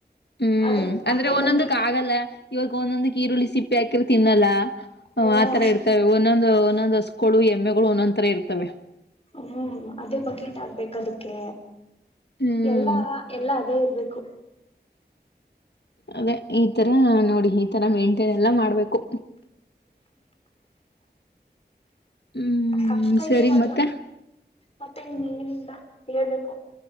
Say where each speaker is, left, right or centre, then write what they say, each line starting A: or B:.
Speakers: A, on the left; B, on the left.
A: ಹ್ಮ್
B: ಅದು
A: ಅಂದ್ರೆ
B: ಅದೇ
A: ಒಂದೊಂದಕ್
B: ಬಕೆಟ್
A: ಆಗಲ್ಲ ಇವಾಗ ಒಂದೊಂದ ಈರುಳ್ಳಿ ಸಿಪ್ಪಿ ಹಾಕಿರ ತಿನ್ನಲ್ಲ. ಹ
B: ಹ್ಮ
A: ಆತರ ಇರ್ತವೆ ಒಂದೊಂದು ಒಂದೊಂದ್ ಹಸ್ಗಳು ಎಮ್ಮೆಗಳು ಒಂದೊಂದ್ ತರ ಇರ್ತವೆ.
B: ಹ್ಮ್ ಅದೇ ಬಕೀಟ್ ಆಗ್ಬೇಕ ಅದಕ್ಕೆ
A: ಹ್ಮ್
B: ಎಲ್ಲಾ ಎಲ್ಲಾ ಅದೇ ಇರ್ಬೇಕು
A: ಅದೇ ಈ ತರ ನೋಡಿ ಈ ತರ ಮೇಂಟೈನ್ ಎಲ್ಲ ಮಾಡ್ಬೇಕು. ಹ್ಮ್
B: ಕಷ್ಟ
A: ಸರಿ
B: ಇದೆ ಮಾತ್ರ
A: ಮತ್ತೆ
B: ಮತ್ತೆ ಇನ್ನೇನಿಲ್ಲ. ಹೇಳ್ಬೇಕು